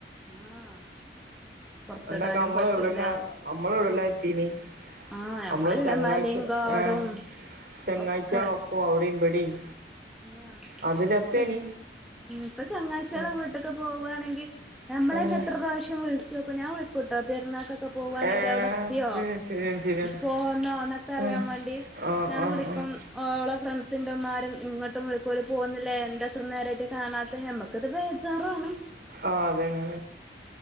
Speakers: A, in the centre; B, on the right.
A: ആഹ് പൊറത്തിടാനും
B: പണ്ടൊക്കെ നമ്മള്
A: പറ്റൂല
B: എവിടെല്ലാം നമ്മള് എവിടെല്ലാം എത്തീനി
A: ആഹ് ഞമ്മളില്ല
B: നമ്മള് ചങ്ങായ്ച്ച
A: മലയും കാടും
B: ആഹ് ചങ്ങായ്ച്ചികളൊപ്പൊ
A: ഒക്കെ
B: അവിടെയും ഇവിടെയും
A: ആഹ്
B: അത് രസേനി
A: ഇപ്പ ഉം ഇപ്പൊ ചങ്ങായ്ച്ചകളെ
B: ഉം
A: വീട്ടി ക്കൊക്കെ പോവാണെങ്കി നമ്മള്
B: ഉം
A: തന്നെ എത്ര പ്രാവശ്യം വിളിച്ചോക്കും ഞാൻ വിളിക്കൂട്ടോ പെരുന്നാക്കൊക്കെ പോവാണെങ്കി
B: ഏഹ്
A: അവിടെ എത്തിയോ
B: ഇത് ശരിയാണ് ശരിയാണ്
A: പോവുന്നോ എന്നൊക്കെ അറിയാൻ
B: ഉം
A: വേണ്ടി
B: ആഹ്
A: ഞാൻ
B: ആഹ്
A: വിളിക്കും
B: ആഹ്
A: ഓളെ ഫ്രണ്ട്സിന്റെ ഉമ്മാരും ഇങ്ങട്ടും വിളിക്കും ഓര് പോന്നില്ലേ എന്താ ഇത്ര നേരായിട്ട് കാണാത്തെ നമ്മക്കിത് ബേജാറാണ്
B: ആഹ് അതന്നെ